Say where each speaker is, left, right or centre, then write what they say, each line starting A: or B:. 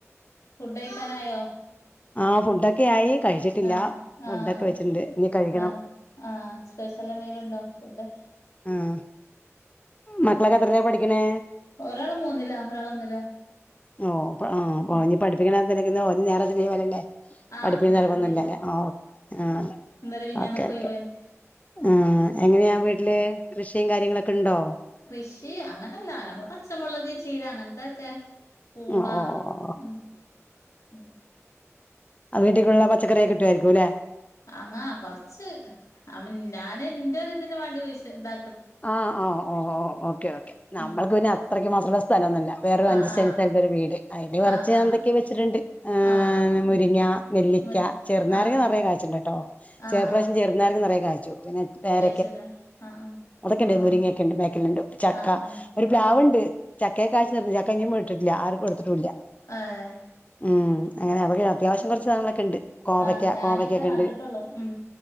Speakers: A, on the left; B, on the left.
A: ഫുഡ് കഴിക്കാനായോ
B: ആഹ് ഫുഡോക്കെ ആയി കഴിച്ചിട്ടില്ല
A: ആഹ്
B: ഫുഡൊക്കെ
A: ആഹ്
B: വെച്ചിട്ടുണ്ട് ഇനി കഴിക്കണം
A: ആഹ് ആഹ് സ്പെഷ്യൽ എന്തെങ്കിലും ഉണ്ടോ ഫുഡ്
B: ആഹ് മക്കളൊക്കെത്രലാ പഠിക്കണേ
A: ഒരാള് മൂന്നിലാ ഒരാള് ഒന്നിലാ
B: ഓ ആഹ്
A: ഉം
B: ഇനി പഠിപ്പിക്കണന്തേലും ഇന്ന് ഒരു നേരത്തിനീ വരില്ലേ
A: ആഹ്
B: പഠിപ്പി
A: ഞായറ്
B: തിരക്കൊന്നുംല്ലല്ലേ
A: ലീവാ
B: ആഹ് ആഹ്
A: ഇന്നലിം മിഞ്ഞാന്നൊക്കെ
B: ഓക്കെ ഓക്കെ
A: ഒഴിവേനി
B: ആഹ് എങ്ങനെയാ വീട്ടില് കൃഷിയും കാര്യങ്ങളൊക്കെ ഉണ്ടോ?
A: കൃഷി അങ്ങനല്ലാ നമ്മൾ പച്ചമുളക് ചീര അങ്ങനത്തക്കെ പൂള
B: ഓ ഓ ഓ
A: ഉം ഉം
B: അത് വീട്ടേക്കുള്ള പച്ചറിയൊക്ക കിട്ടുമായിരിക്കും അല്ലെ?
A: അങ്ങാ കൊറച്ച് അവ ഞാൻ എന്റെ ഒരു ഇതിന് വേണ്ടി ഇതാ
B: ആഹ് ഓ ഓ ഓക്കെ ഓക്കെ നമ്മൾക്ക്
A: ഉം
B: പിന്നെ അത്രക്ക് മാത്രം സ് സ്ഥംന്നല്ല വേറും അഞ്ചസെന്റ്‌
A: ആഹ് ആഹ്
B: സ്ഥലത്ത് ഒരു വീട് അതില് കുറച്ച്ന്തൊക്കെ
A: ആഹ് ആഹ്
B: വച്ചട്ടുണ്ട്
A: ആഹ്
B: മുരിങ്ങ ങ്ങ നെല്ലിക്ക
A: മത്
B: ചെറു നാരങ്ങ
A: ആണല്ലേ
B: നിറെ കായിച്ചുണ്ട് കേട്ടോ
A: ആഹ്
B: ഈ പ്രാവശ്യം ചെറു നാരങ്ങ നിറെ കായിച്ചു പിന്നെ പേര
A: ചെല ആഹ് ആഹ്
B: അതൊക്കെണ്ട്
A: ആഹ്
B: മുരിങ്ങിയൊക്കെ ഉണ്ട് ബാക്കിലുണ്ട് ചക്ക
A: ആഹ് ആഹ്
B: ഒരു പ്ലാവ്ണ്ട്
A: ആഹ് ആഹ്
B: ചക്ക <unintelligible> ട്ടില്ല ആർക്കും കൊടുത്തിട്ടില്ല
A: ഏഹ്
B: ഉം അങ്ങനെ അവിടെ അത്യാവശ്യം കുറച്ച് സാധനങ്ങളൊക്കെ ഉണ്ട് കോവയ്ക്ക
A: ആഹ് ഞാനൊക്കെ
B: കോവയ്ക്കൊക്കെ
A: നട്ടിട്ടുള്ളൂ
B: ഉണ്ട്
A: ഉം